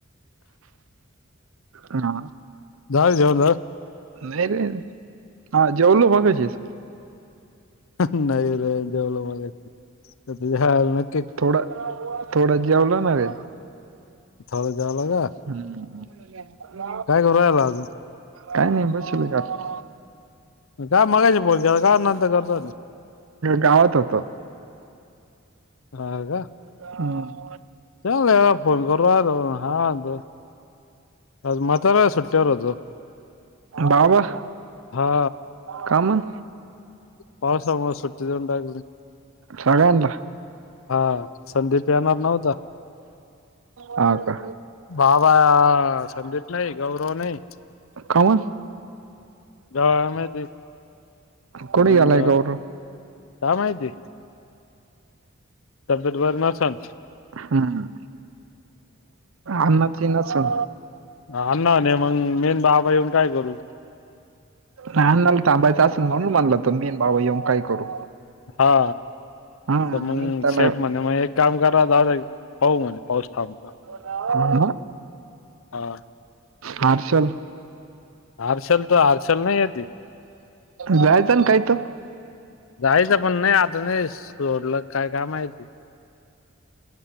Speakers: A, on the right; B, on the left.
A: <inaudible> हा.
B: झालं जेवण झालं
A: नाय नाय हा जेवलो मगाशीच
B: नाही रे, जेवलो मगाशी तस ध्यानात
A: थोड थोडच जेवला नारे
B: थोडं जेवला का?
A: ह
B: काय करू राहिला अजून
A: काय नाही बसलोय बघ असच
B: काय मगाशी बोलत्यासा माझं <unintelligible>
A: गावात होतो
B: हा का?
A: का आ
B: चल लगा फोन करू राहिलं हा आलो. आज म्हातारा सुट्टीवर होतो.
A: बाबा
B: हा
A: का मग?
B: पावसामुळ सुट्टी देवून टाकली
A: सगळ्यांला
B: हा संदीप येणार नव्हता.
A: हा का
B: बाबा संदीप नाही, गौरव नाही
A: का मग
B: गावामधीच
A: कुठे
B: मंग
A: गेलाय गौरव
B: काय माहिती? तब्येत बरी नसन
A: हुं हुं आना ची नात सून
B: आण्णा नाहीये, मग मी आणि बाबा येऊन काय करू.
A: नाय आण्णानी थांबायचं असेल, म्हणून म्हणल तो मी आणि भाऊ येऊन काय करू.
B: हा.
A: हा
B: तर मग
A: नाही त्याला
B: शेट म्हणे मग एक काम करा दादा पाहू म्हणे पाऊस थांबता.
A: बोला आ
B: हा.
A: हार शल
B: हर्षल तर हर्षल नाही येते
A: द्यायचं ना काय तर?
B: जायचं पण नाही आता नाही, सोडलं का काय माहित?